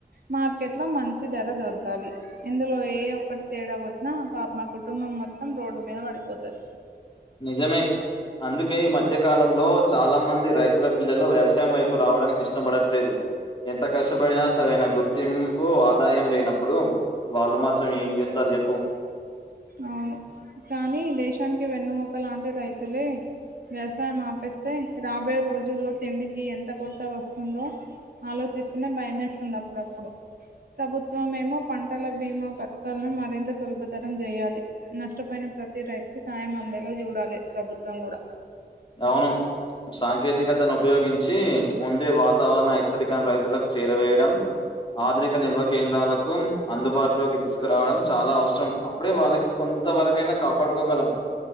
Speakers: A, on the right (about 60°); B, on the left (about 25°).
A: మార్కెట్లో మంచి ధర దొరకాలి ఇందులో ఏ ఒక్కటి తేడా కొ నా పాపం కుటుంబం మొత్తం రోడ్డు మీద పడిపోతది
B: నిజమే అందుకే ఈ మధ్య కాలంలో చాలా మంది రైతుల పిల్లలు వ్యవసాయం వైపు రావడానికి ఇష్టపడట్లేదు ఎంత కష్టపడినా సరైన గుర్తింపు ఆదాయం లేనప్పుడు వాళ్ళు మాత్రం ఏం జేస్తారు చెప్పు
A: అవును కానీ దేశానికి వెన్నుముక లాంటి రైతులే వ్యవసాయం ఆపేస్తే రాబోయే రోజుల్లో తిండికి ఎంత కొర్త వస్తుందో ఆలోచిస్తూనే భయమేస్తుంది అప్పుడప్పుడు ప్రభుత్వమెమో పంటల బీమా పథకాలను మరింత సులభతరం చేయాలి నష్టపోయిన ప్రతి రైతుకి సాయం అందేలా చూడాలి ప్రభుత్వం గూడ
B: అవును సాంకేతికతను ఉపయోగించి ముందే వాతావరణ హెచ్చరికను రైతులకు చేరవేయడం ఆధునిక నిల్వ కేంద్రాలకు అందుబాటులోకి తీసుకురావడం చాలా అవ్సరం అప్పుడే వాళ్ళక్ కొంతవరకైనా కాపాడుకోగలం